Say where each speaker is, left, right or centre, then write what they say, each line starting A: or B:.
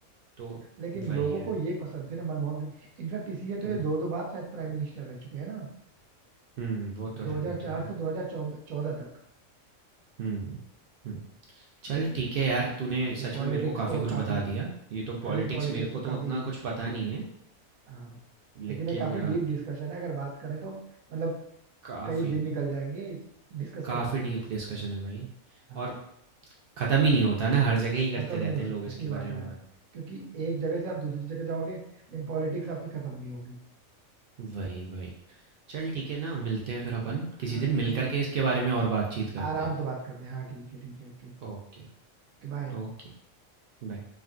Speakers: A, on the right; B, on the right.
A: तो
B: लेकिन
A: वही
B: लोगों
A: है।
B: को ये पसंद थे ना मनमोहन सिंह इनफैक्ट इसीलिए तो
A: हुँ,
B: ये दो दो बार शायद प्राइम मिनिस्टर रह चुके हैं ना
A: हुँ, वो तो
B: 2004
A: है, वो तो है।
B: से 2014 तक
A: हुँ, हुँ।
B: ठीक
A: चल
B: है
A: ठीक है यार तूने सच
B: ये पॉलिटिक्स
A: में मेरे को काफ़ी
B: तो
A: कुछ
B: काफी
A: बता दिया ये तो
B: हालांकि
A: पॉलिटिक्स
B: पॉलिटिक्स
A: मेरे
B: तो
A: को तो
B: काफी
A: उतना कुछ पता नहीं है
B: हाँ लेकिन
A: लेकिन
B: ये काफी डीप डिस्कशन है अगर बात करें तो मतलब
A: काफ़ी
B: कई दिन निकल जाएंगे डिस्कस
A: काफ़ी
B: करने में
A: डीप
B: बस
A: डिस्कशन है भाई
B: हाँ
A: और ख़त्म ही नहीं होता ना हर जगह ही करते
B: खत्म नहीं
A: रहते
B: हो
A: हैं
B: सकता
A: लोग
B: सही
A: इसके
B: बात
A: बारे में
B: है यार
A: बात
B: क्योंकि एक जगह से आप दूसरी जगह जाओगे लेकिन पॉलिटिक्स आपकी खत्म नहीं होगी
A: वही वही चल ठीक है ना मिलते हैं फिर अपन किसी
B: हाँ
A: दिन
B: ठीक
A: मिल
B: है
A: करके इसके बारे में और बातचीत करते
B: आराम
A: हैं
B: से बात कर दे हाँ ठीक है ठीक है ओके
A: ओके
B: बाय
A: ओके बाय